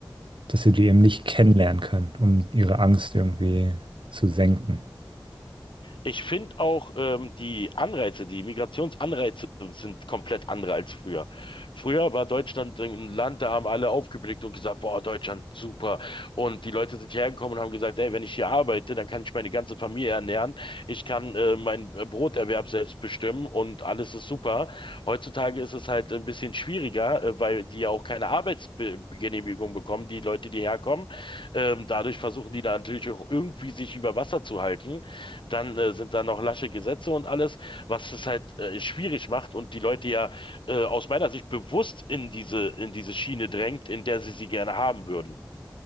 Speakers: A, on the right; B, on the left.
A: Dass sie die eben nicht kennenlernen können, um ihre Angst irgendwie zu senken.
B: Ich finde auch ähm, die Anreize, die Migrationsanreize sind komplett andere als früher. Früher war Deutschland ein Land, da haben alle aufgeblickt und gesagt, boah, Deutschland, super. Und die Leute sind hierher gekommen und haben gesagt, ey, wenn ich hier arbeite, dann kann ich meine ganze Familie ernähren, ich kann äh, meinen äh, Broterwerb selbst bestimmen und alles ist super. Heutzutage ist es halt ein bisschen schwieriger, äh, weil die ja auch keine Arbeitsgenehmigung bekommen, die Leute, die herkommen. Ähm, dadurch versuchen die da natürlich auch irgendwie sich über Wasser zu halten. Dann äh, sind da noch lasche Gesetze und alles, was es halt äh, schwierig macht und die Leute ja äh, aus meiner Sicht bewusst in diese, in diese Schiene drängt, in der sie sie gerne haben würden,